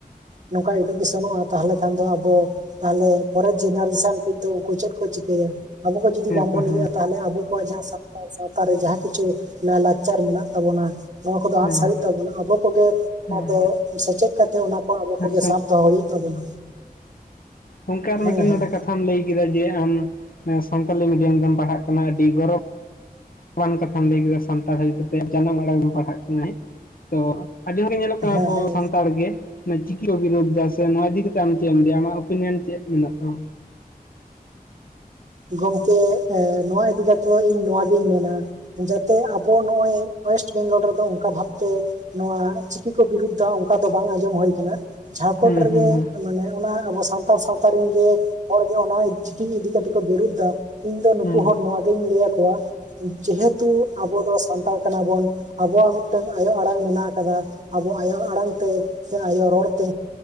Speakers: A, on the right; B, on the left.
A: ᱱᱚᱝᱠᱟ ᱮᱰᱩᱠᱮᱥᱚᱱᱚᱜᱼᱟ ᱛᱟᱦᱚᱞᱮ ᱠᱷᱟᱱ ᱫᱚ ᱟᱵᱚ ᱛᱟᱦᱚᱞᱮ ᱯᱚᱨᱮ ᱡᱮᱱᱟᱨᱮᱥᱚᱱ ᱠᱤᱱᱛᱩ ᱩᱱᱠᱩ ᱪᱮᱫ ᱠᱚ ᱪᱤᱠᱟᱹᱭᱟ? ᱟᱵᱚ ᱠᱚ ᱡᱩᱫᱤ ᱵᱟᱝᱵᱚᱱ
B: ᱛᱚ ᱦᱮᱸ
A: ᱤᱭᱟᱹᱭᱟ ᱛᱟᱦᱚᱞᱮ ᱟᱵᱚ ᱠᱚᱣᱟᱜ ᱡᱟᱦᱟᱸ ᱥᱟᱱᱛᱟᱲ ᱥᱟᱶᱛᱟ ᱨᱮ ᱡᱟᱦᱟᱸ ᱠᱤᱪᱷᱩ ᱞᱟᱭᱞᱟᱠᱪᱟᱨ ᱢᱮᱱᱟᱜ ᱛᱟᱵᱚᱱᱟ᱾ ᱱᱚᱣᱟ ᱠᱚᱫᱚ
B: ᱦᱮᱸ
A: ᱟᱫ ᱥᱟᱹᱨᱤᱜ ᱛᱟᱵᱚᱱᱟ᱾ ᱟᱵᱚ ᱠᱚᱜᱮ ᱚᱱᱟ
B: ᱦᱮᱸ
A: ᱫᱚ ᱥᱮᱪᱮᱫ ᱠᱟᱛᱮᱜ ᱚᱱᱟ ᱠᱚ ᱟᱵᱚ
B: ᱦᱮᱸ
A: ᱠᱚᱜᱮ ᱥᱟᱵ ᱫᱚᱦᱚ ᱦᱩᱭᱩᱜ ᱛᱟᱵᱚᱱᱟ᱾
B: ᱜᱚᱝᱠᱮ ᱟᱨ
A: ᱦᱮᱸ
B: ᱢᱤᱫᱴᱮᱱ
A: ᱦᱮᱸ
B: ᱱᱚᱰᱮ ᱠᱟᱛᱷᱟ ᱠᱟᱛᱷᱟᱢ ᱞᱟᱹᱭ ᱠᱮᱫᱟ ᱡᱮ ᱟᱢ ᱥᱟᱱᱛᱟᱞᱤ ᱢᱤᱰᱤᱭᱟᱢ ᱨᱮᱢ ᱯᱟᱲᱦᱟᱜ ᱠᱟᱱᱟ᱾ ᱟᱹᱰᱤ ᱜᱚᱨᱚᱵᱽ ᱟᱱ ᱠᱟᱛᱷᱟᱢ ᱞᱟᱹᱭ ᱠᱮᱫᱟ ᱥᱟᱱᱛᱟᱲ ᱦᱩᱭ ᱠᱟᱛᱮ ᱡᱟᱱᱟᱢ ᱟᱲᱟᱝ ᱮᱢ ᱯᱟᱲᱦᱟᱜ ᱠᱟᱱᱟ ᱛᱚ᱾ ᱟᱹᱰᱤ ᱦᱚᱲ ᱤᱧ ᱧᱮᱞᱚᱜ ᱠᱟᱱᱟ
A: ᱦᱮᱸ
B: ᱟᱵᱚ
A: ᱦᱮᱸ
B: <unintelligible> ᱛᱟᱲ ᱜᱮ ᱪᱤᱠᱤ ᱚᱵᱤᱨᱳᱫ ᱮᱫᱟ ᱥᱮ ᱱᱚᱣᱟ ᱤᱫᱤ ᱠᱟᱛᱮ ᱟᱢ ᱪᱮᱫ ᱮᱢ ᱞᱟᱹᱭᱟ ᱟᱢᱟᱜ ᱚᱯᱤᱱᱤᱭᱚᱱ ᱪᱮᱫ ᱢᱮᱱᱟᱜ ᱛᱟᱢᱟ?
A: ᱜᱚᱢᱠᱮ ᱱᱚᱣᱟ ᱤᱫᱤ ᱠᱟᱛᱮᱫ ᱤᱧ ᱱᱚᱣᱟᱜᱤᱧ ᱢᱮᱱᱟ᱾ ᱡᱟᱛᱮ ᱟᱵᱚ ᱱᱚᱜᱼᱚᱭ ᱳᱭᱮᱥᱴ ᱵᱮᱝᱜᱚᱞ ᱨᱮᱫᱚ ᱚᱱᱠᱟ ᱵᱷᱟᱵᱛᱮ ᱱᱚᱣᱟ ᱪᱤᱠᱤ ᱠᱚ ᱵᱤᱨᱩᱫᱫᱟ ᱚᱱᱠᱟ ᱫᱚ ᱵᱟᱝ ᱟᱸᱡᱚᱢ ᱦᱩᱭ ᱟᱠᱟᱱᱟ᱾ ᱡᱷᱟᱲᱠᱷᱚᱸᱰ
B: ᱦᱩᱸ
A: ᱨᱮᱱ
B: ᱦᱩᱸ
A: ᱜᱮ
B: ᱦᱩᱸ
A: ᱢᱟᱱᱮ ᱚᱱᱟ ᱟᱵᱚ ᱥᱟᱱᱛᱟᱲ ᱥᱟᱶᱛᱟ ᱨᱮᱱ ᱜᱮ ᱦᱚᱲᱜᱮ ᱚᱱᱟ ᱪᱤᱠᱤ ᱤᱫᱤ ᱠᱟᱛᱮᱫ ᱠᱚ ᱵᱤᱨᱩᱫᱫᱟ ᱤᱧ ᱫᱚ ᱱᱩᱠᱩ
B: ᱦᱩᱸ
A: ᱦᱚᱲ ᱱᱚᱣᱟᱜᱤᱧ ᱞᱟᱹᱭ ᱟᱠᱚᱣᱟ ᱡᱮᱦᱮᱛᱩ ᱟᱵᱚ ᱫᱚ ᱥᱟᱱᱛᱟᱲ ᱠᱟᱱᱟᱵᱚᱱ ᱟᱵᱚᱣᱟᱜ ᱢᱤᱫᱴᱟᱱ ᱟᱭᱳ ᱟᱲᱟᱝ ᱢᱮᱱᱟᱜ ᱟᱠᱟᱫᱟ᱾ ᱟᱵᱚ ᱟᱭᱳ ᱟᱲᱟᱝ ᱛᱮ, ᱥᱮ ᱟᱭᱳ ᱛᱮ